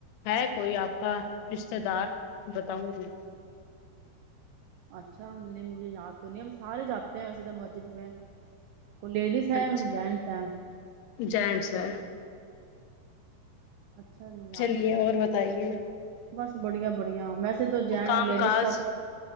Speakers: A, on the left (about 75°); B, on the right (about 90°).
A: ہے کوئی آپ کا رشتتے دار بتاؤں گی
B: اچھا ہم نے مجھے یاد تو نہیں ہم سارے جاتے ہیں ویسے تو مسجد میں کوئی لیڈیز ہے
A: اچھا
B: جینٹس ہے
A: جین سر
B: اچھا یاد
A: چلیے
B: نہیں
A: اور بتائیے
B: بس بڑھیا بڑھیا ویسے تو جین
A: کام
B: لیڈیز
A: کاج
B: کا تو